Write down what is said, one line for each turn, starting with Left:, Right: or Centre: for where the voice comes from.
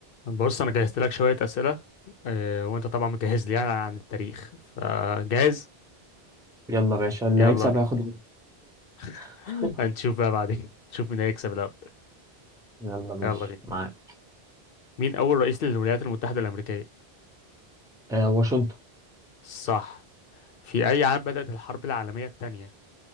Left: بص انا جهزت لك شويه اسئله آه، وانت طبعا مجهز لي يعني عن التاريخ فجاهز
Centre: يلا باشا اللي
Left: يلا
Centre: هيكسب
Left: بينا
Centre: هياخد واحد.
Left: <laughs>
Centre: <laughs>
Left: هنشوف بقى بعدين نشوف مين هيكسب الاول
Centre: يلا ماشي
Left: يلا بينا
Centre: معاك
Left: مين اول رئيس للولايات المتحده الامريكيه
Centre: آه واشنطن
Left: صح في اي عام بدات الحرب العالميه الثانيه